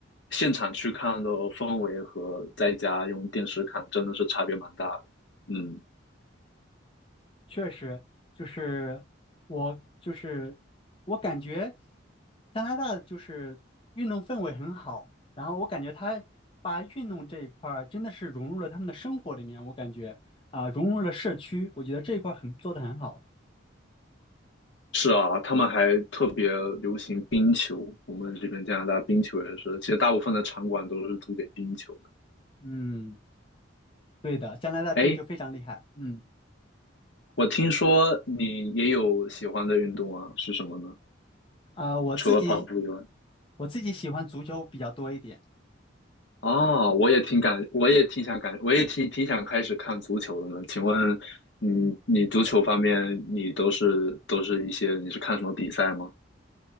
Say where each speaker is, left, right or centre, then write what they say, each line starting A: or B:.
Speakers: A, on the left; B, on the left.
A: 现场去看的氛围和在家用电视看真的是差别蛮大的。嗯，
B: 确实，就是我就是我感觉加拿大就是运动氛围很好，然后我感觉他把运动这一块儿真的是融入了他们的生活里面，我感觉啊、融入了社区，我觉得这一块儿很做的很好。
A: 是啊，他们还特别流行冰球，我们这边加拿大冰球也是，其实大部分的场馆都是租给冰球的。
B: 嗯，对的，加拿大冰球非常厉害。
A: 哎，
B: 嗯，
A: 我听说你也有喜欢的运动啊，是什么呢？
B: 啊、我自己
A: 除了跑步以外，
B: 我自己喜欢足球比较多一点。
A: 哦，我也挺感，我也挺想感，我也挺挺想开始看足球的呢。请问你，你足球方面，你都是都是一些，你是看什么比赛吗？